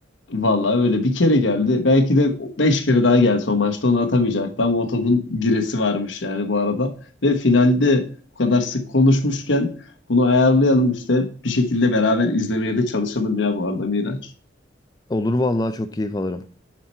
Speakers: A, on the left; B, on the left.
A: Vallahi öyle bir kere geldi. Belki de beş kere daha gelse o maçta onu atamayacaktı ama o topun giresi varmış yani bu arada. Ve finalde bu kadar sık konuşmuşken bunu ayarlayalım işte bir şekilde beraber izlemeye de çalışalım ya bu arada Miraç.
B: Olur vallahi çok keyif alırım.